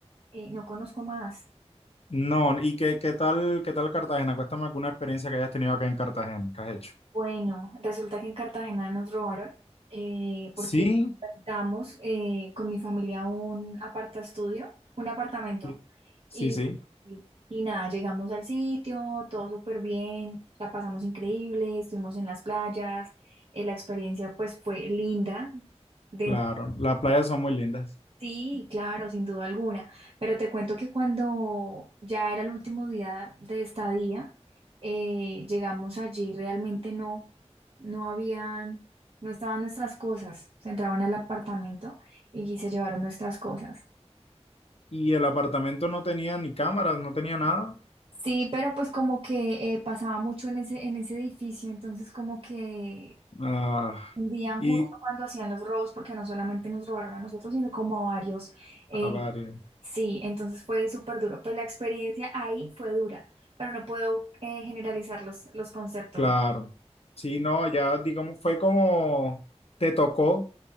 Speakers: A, on the right; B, on the left.
A: eh, no conozco más.
B: No, ¿y qué, qué tal, qué tal Cartagena? Cuéntame alguna experiencia que hayas tenido acá en Cartagena, que has hecho?
A: Bueno, resulta que en Cartagena nos robaron eh, porque
B: Sí,
A: rentamos eh, con mi familia un apartaestudio, un apartamento.
B: sí, sí,
A: Y,
B: sí,
A: y, y nada, llegamos al sitio, todo súper bien, la pasamos increíble, estuvimos en las playas, eh, la experiencia pues fue linda. dentro
B: claro. Las playas son muy lindas.
A: Sí, claro, sin duda alguna. Pero te cuento que cuando ya era el último día de estadía, eh, llegamos allí, realmente no, no habían, no estaban nuestras cosas. Se entraban al apartamento y se llevaron nuestras cosas.
B: Y el apartamento no tenía ni cámaras, no tenía nada.
A: Sí, pero pues como que eh, pasaba mucho en ese, en ese edificio, entonces como que
B: Ah,
A: Hundían
B: y,
A: justo cuando hacían los robos, porque no solamente nos robaron a nosotros, sino como a varios. eh,
B: a varios
A: sí, entonces fue súper duro. Pues la experiencia ahí fue dura, pero no puedo eh, generalizar los, los conceptos.
B: claro. Sí, no, ya, digamos, fue como te tocó